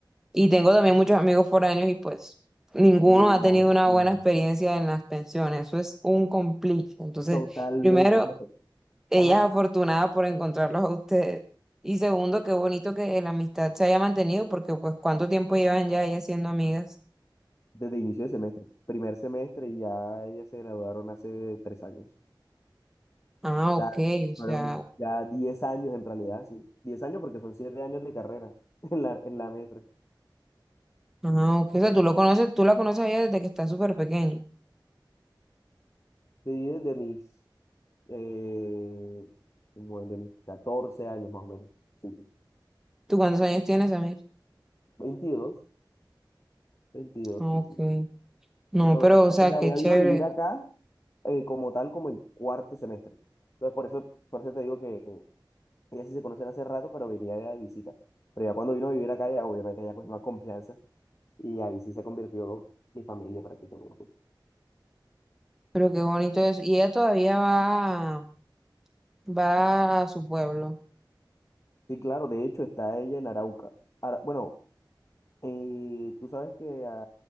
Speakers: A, in the centre; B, on the left (about 40°).
A: y tengo también muchos amigos foráneos y pues ninguno
B: demasiado,
A: ha tenido una buena experiencia en las pensiones, eso es un complique, entonces,
B: totalmente,
A: primero
B: fíjate,
A: Ella
B: ajá,
A: es afortunada por encontrarlos a ustedes. Y segundo, qué bonito que la amistad se haya mantenido, porque pues cuánto tiempo llevan ya ellas siendo amigas.
B: desde inicio de semestre, primer semestre y ya ellas se graduaron hace tres años.
A: Ah,
B: O sea,
A: ok, o sea,
B: fueron ya 10 años en realidad, sí. diez años porque son 7 años de carrera <laughs> en la, en la metra.
A: ah, ok, o sea, tú lo conoces, tú la conoces a ella desde que está súper pequeña.
B: Sí, desde mis, eh, como desde mis 14 años más o menos. Sí, sí.
A: ¿Tú cuántos años tienes, Amir?
B: veintidós 22,
A: Ah,
B: sí,
A: ok.
B: sí.
A: No,
B: Se conoce-
A: pero, o sea,
B: O sea,
A: qué
B: ella
A: chévere,
B: vino a vivir acá eh, como tal, como en cuarto semestre. Entonces, por eso, por eso te digo que ellas sí se conocen hace rato, pero venía de visita. Pero ya cuando vino a vivir acá, ya obviamente ya cogió más confianza y ahí sí se convirtió mi familia prácticamente.
A: pero qué bonito eso. Y ella todavía va, va a su pueblo.
B: Sí, claro, de hecho está ella en Arauca. Ara- bueno, eh, tú sabes que a,